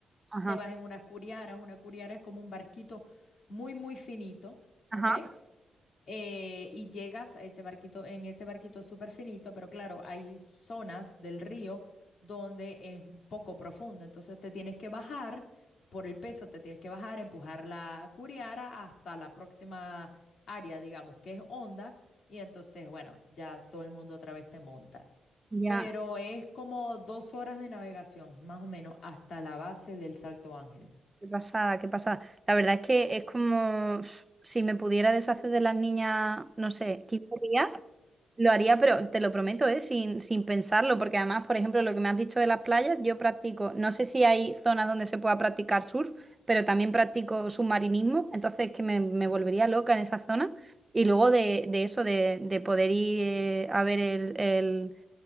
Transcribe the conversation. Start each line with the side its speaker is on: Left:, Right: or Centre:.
Right: ajá,
Left: Te vas en unas curiaras, una curiara es como un barquito muy, muy finito,
Right: ajá.
Left: ¿ok? eh, y llegas a ese barquito, en ese barquito súper finito, pero claro, hay zonas del río donde es poco profundo, entonces te tienes que bajar por el peso, te tienes que bajar, empujar la curiara hasta la próxima área, digamos, que es honda, y entonces, bueno, ya todo el mundo otra vez se monta.
Right: Ya.
Left: Pero es como dos horas de navegación, más o menos, hasta la base del Salto Ángel.
Right: Qué pasada, qué pasada. La verdad es que es como uf, si me pudiera deshacer de las niñas, no sé, 15 días, lo haría, pero te lo prometo, ¿eh? Sin, sin pensarlo, porque además, por ejemplo, lo que me has dicho de las playas, yo practico, no sé si hay zonas donde se pueda practicar surf, pero también practico submarinismo, entonces que me, me volvería loca en esa zona. Y luego de, de eso, de, de poder ir eh, a ver el,